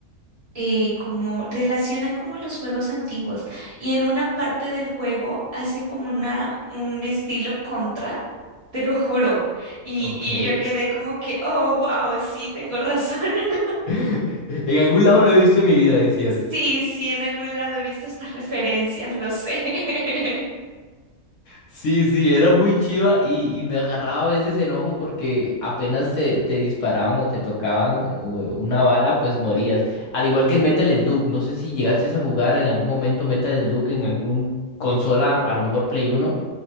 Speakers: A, on the right; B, on the left.
A: eh, como relacionan como los juegos antiguos. Y en una parte del juego hace como una, un estilo contra, te lo juro. Y,
B: Ok.
A: y yo quedé como que, oh, wow, sí, tengo razón. <laughs>
B: <laughs> En algún lado lo he visto en mi vida, decías.
A: Sí, sí, en algún lado he visto estas referencias, lo sé. <laughs>
B: Sí, sí, era muy chiva y, y me agarraba a veces enojo porque apenas te, te disparaban o te tocaban eh, una bala, pues morías. Al igual que Metal Slug, no sé si llegaste a jugar en algún momento Metal Slug en algún consola, a lo mejor Play Uno.